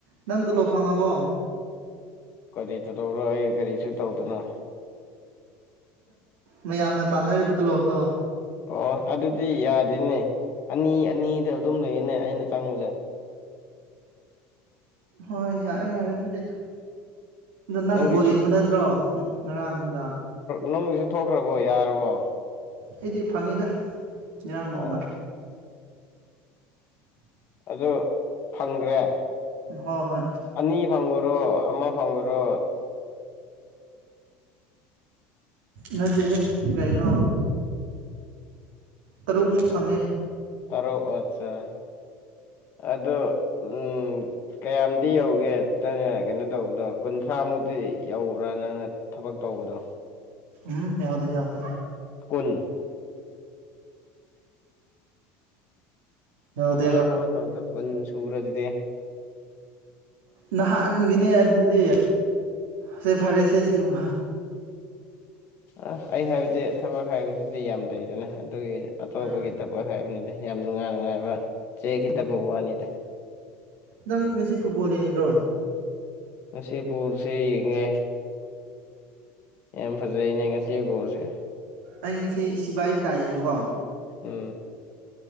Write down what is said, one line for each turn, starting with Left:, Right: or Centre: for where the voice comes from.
Right: ꯅꯪ ꯇꯂꯣ ꯐꯉꯕꯣ
Left: ꯀꯔꯤ ꯇꯗꯧꯔꯣ ꯑꯩ ꯒꯥꯔꯤꯁꯨ ꯇꯧꯗꯅ
Right: ꯃꯌꯥꯝꯅ ꯇꯥꯟꯅꯔꯤꯕ ꯇꯣꯂꯣꯞꯇꯣ
Left: ꯑꯣ ꯑꯗꯨꯗꯤ ꯌꯥꯗꯦꯅꯦ ꯑꯅꯤ ꯑꯅꯤꯗ ꯑꯗꯨꯝ ꯂꯩꯅꯦ ꯑꯩꯅ ꯆꯪꯕꯗ
Right: ꯍꯣꯏ ꯌꯥꯔꯦ ꯌꯥꯔꯦ ꯑꯗꯨꯗꯤ ꯑꯗ ꯅꯪ
Left: ꯅꯪꯒꯤꯁꯨ
Right: ꯕꯣ ꯌꯦꯡꯕ ꯅꯠꯇ꯭ꯔꯣ ꯉꯔꯥꯡꯗ
Left: ꯅꯨꯡꯒꯤꯁꯨ ꯊꯣꯛꯈ꯭ꯔꯕꯣ ꯌꯥꯔꯕꯣ
Right: ꯑꯩꯗꯤ ꯐꯪꯉꯤꯗ ꯏꯔꯥꯡ
Left: ꯑꯣ
Right: ꯅꯥꯟꯅ
Left: ꯑꯗꯨ ꯐꯪꯈ꯭ꯔꯦ
Right: ꯍꯣꯏ ꯍꯣꯏ
Left: ꯑꯅꯤ ꯐꯪꯕꯨꯔꯣ ꯑꯃ ꯐꯪꯕꯨꯔꯣ
Right: ꯅꯗꯤꯍꯦ ꯀꯩꯅꯣ ꯇꯔꯨꯛꯃꯨꯛ ꯐꯪꯉꯦ
Left: ꯇꯔꯛ ꯑꯠꯆꯥꯆꯥ ꯑꯗꯣ ꯎꯝ ꯀꯌꯥꯝꯗꯤ ꯌꯧꯒꯦ ꯅꯪꯅ ꯀꯩꯅꯣ ꯇꯧꯕꯗꯣ ꯀꯨꯟꯊ꯭ꯔꯥꯃꯨꯛꯇꯤ ꯌꯧꯕ꯭ꯔꯥ ꯅꯪꯅ ꯊꯕꯛ ꯇꯧꯕꯗꯣ
Right: ꯎꯝ ꯌꯥꯎꯗꯦ ꯌꯥꯎꯗꯦ
Left: ꯀꯨꯟ
Right: ꯌꯥꯎꯗꯦꯕ
Left: ꯅꯪ ꯅ ꯊꯕꯛ ꯇꯧꯕꯗ ꯀꯟ ꯁꯨꯔꯗꯤꯗꯤ
Right: ꯅꯍꯥꯟꯒꯤꯅꯦ ꯑꯗꯨꯗꯤ ꯁꯦ ꯐꯔꯦꯁꯦ ꯁꯤꯒꯨꯝꯕ
Left: ꯑ ꯑꯩ ꯍꯥꯏꯕꯗꯤ ꯊꯕꯛ ꯍꯥꯏꯕꯗꯨꯗꯤ ꯌꯥꯝ ꯂꯩꯗꯅ ꯑꯗꯨꯒꯤ ꯑꯇꯣꯞꯄꯒꯤ
Right: ꯍꯣꯏ
Left: ꯊꯕꯛ ꯍꯣꯏ ꯍꯥꯏꯕꯅꯤꯗ ꯌꯥꯝ ꯅꯨꯡꯉꯥꯏ ꯅꯨꯡꯉꯥꯏꯕ ꯆꯦꯈꯤꯗꯕ
Right: ꯎꯝ
Left: ꯋꯥꯅꯤꯗ
Right: ꯅꯪ ꯉꯁꯤ ꯐꯨꯠꯕꯣꯜ ꯌꯦꯡꯗ꯭ꯔꯣ
Left: ꯉ ꯄꯣꯜꯁꯦ ꯌꯦꯡꯉꯦ ꯌꯥꯝ ꯐꯖꯩꯅꯦ ꯉꯁꯤ ꯕꯁꯦ
Right: ꯑꯩ ꯉꯁꯤ ꯁꯤꯕꯥꯏ ꯇꯥꯏꯌꯦꯕꯀꯣ
Left: ꯎꯝ